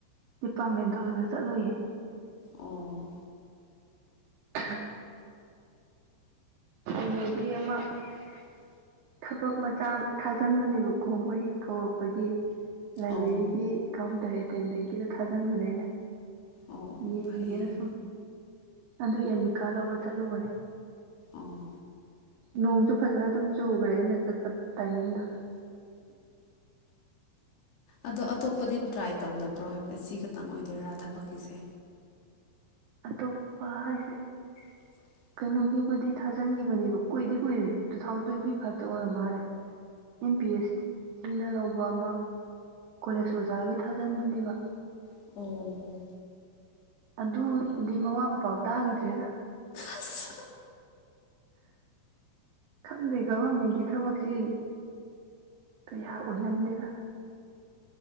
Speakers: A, on the right (about 70°); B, on the left (about 60°).
A: ꯗꯤꯄꯥꯔꯠꯃꯦꯟꯗ ꯑꯗꯨ ꯆꯠꯂꯣꯏꯌꯦ
B: ꯑꯣ
A: <unintelligible> ꯀꯅꯣꯕꯤ ꯑꯃ
B: ꯌꯦꯕ
A: ꯊꯕꯛ ꯃꯆꯥ ꯊꯥꯖꯤꯟꯕꯅꯦꯕ ꯀꯣꯍꯣꯏ ꯀꯧꯔꯛꯄꯒꯤ ꯂꯥꯏꯕ꯭ꯔꯦꯔꯤꯒꯤ
B: ꯑꯣ
A: ꯀꯥꯎꯟꯇꯔ ꯑꯦꯇꯦꯟꯗꯦꯟꯒꯤꯗ ꯊꯥꯖꯟꯕꯅꯦ ꯑꯩꯅ
B: ꯑꯣ ꯑꯣ
A: ꯌꯦꯡꯒꯦꯅ
B: ꯐꯩꯌꯦ
A: ꯁꯨꯝ ꯑꯗꯨ ꯑꯦꯟꯃꯤꯀꯥ ꯂꯧꯕ ꯆꯠꯂꯨꯕꯅꯦ
B: ꯑꯣ
A: ꯅꯣꯡꯁꯨ ꯐꯖꯅ ꯑꯗꯨꯝ ꯆꯨꯈ꯭ꯔꯦ ꯑꯩꯅ ꯆꯠꯄ ꯇꯥꯏꯃꯤꯡꯗꯣ
B: ꯑꯗꯣ ꯑꯇꯣꯞꯄꯗꯤ ꯇ꯭ꯔꯥꯏ ꯇꯧꯗꯕ꯭ꯔꯣ ꯍꯥꯏꯕꯗꯤ ꯁꯤ ꯈꯛꯇꯪ ꯑꯣꯏꯗꯣꯏꯔꯥ ꯊꯕꯛꯀꯤꯁꯦ
A: ꯑꯇꯣꯞꯄ ꯍꯥꯏꯁꯦ
B: <unintelligible>
A: ꯀꯩꯅꯣꯒꯤꯕꯨꯗꯤ ꯊꯥꯖꯤꯟꯈꯤꯕꯅꯦꯕ ꯀꯨꯏꯗꯤ ꯀꯨꯏꯔꯦ ꯇꯨ ꯊꯥꯎꯖꯟ ꯇ꯭ꯋꯦꯟꯇꯤ ꯐꯥꯏꯚꯇ ꯑꯣꯏꯔ ꯃꯥꯜꯂꯦ ꯑꯦꯝ ꯄꯤ ꯑꯦꯁ ꯁꯤꯅ ꯂꯧꯕ ꯑꯃ ꯀꯣꯂꯦꯖ ꯑꯣꯖꯥꯒꯤ ꯊꯥꯖꯤꯟꯕꯅꯦꯕ
B: ꯑꯣ
A: ꯑꯗꯨꯗꯤ ꯃꯋꯥꯥ ꯃꯄꯥꯎ ꯇꯥꯈꯤꯗ꯭ꯔꯦꯗ
B: ꯑꯁ
A: ꯈꯪꯗꯦ ꯒꯚꯔꯃꯦꯟꯒꯤ ꯊꯕꯛꯁꯤ ꯀꯌꯥ ꯑꯣꯏꯔꯝꯗꯦꯗ